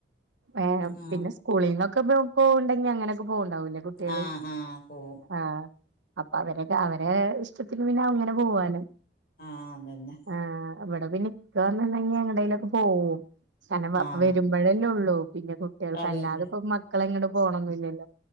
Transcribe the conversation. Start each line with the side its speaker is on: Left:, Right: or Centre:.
Right: ഏഹ്
Left: ആഹ്
Right: പിന്ന സ്കൂളിന്നൊക്ക പോൺണ്ടെങ്കി അങ്ങനൊക്ക പോൺണ്ടാവൂലെ കുട്ട്യേള്
Left: ആഹ് ആഹ് പോവും
Right: ആഹ് അപ്പൊ അവരെ അവരേ ഇഷ്ടത്തിന് പിന്ന അങ്ങനെ പോവാനൊ
Left: ആഹ് അതന്നെ
Right: ആഹ് ഇവിടെ പിന്ന ഇക്ക വന്ന്ണ്ടെങ്കി എങ്ങ്ടേലൊക്കെ പോവും കാര്ണം വ
Left: ആഹ്
Right: വരുമ്പഴല്ലൊള്ളു പിന്നെ കുട്ടീൾക്ക്
Left: അതന്നെ
Right: അല്ലാതെ ഇപ്പൊ മക്കള എങ്ങ്ടും പോണൊന്നില്ലലൊ